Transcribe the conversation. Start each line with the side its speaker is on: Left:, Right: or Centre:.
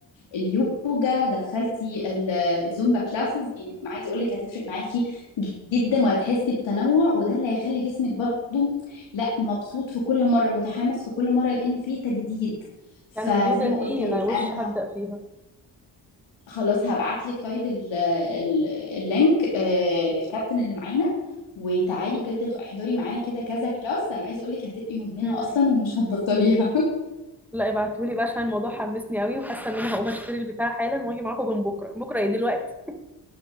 Left: اليوجا دخلتي ال- الزومبا كلاسز يعني عايزه اقول لك هتفرق معاكي جدا وهتحسي بتنوع وده اللي هيخلي جسمك برضو لا مبسوط في كل مره متحمس في كل مره لان في تجديد فزي
Centre: لان اليوجا
Left: ما
Centre: دي
Left: قلت لك
Centre: انا وش
Left: انا
Centre: هبدأ فيها
Left: خلاص هبعت لك طيب ال- ال- اللينك آه، للكابتن اللي معانا وتعالي بجد احضري معانا كده كذا كلاس انا عايزه اقول لك هتبقي مدمنه
Centre: مم.
Left: اصلا ومش هتبطليها <laughs>
Centre: لا ابعتولي بقى عشان الموضوع حمسني قوي وحاسة ان انا هقوم اشتري البتاع حالا واجي معاكم من بكرة بكرة ايه دلوقتي